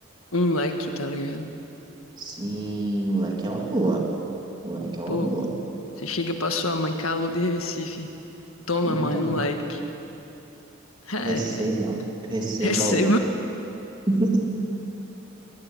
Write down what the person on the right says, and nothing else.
Sim, moleque, é uma boa. Moleque, é uma
boa.
Então,
receba, receba,
moleque. <laughs>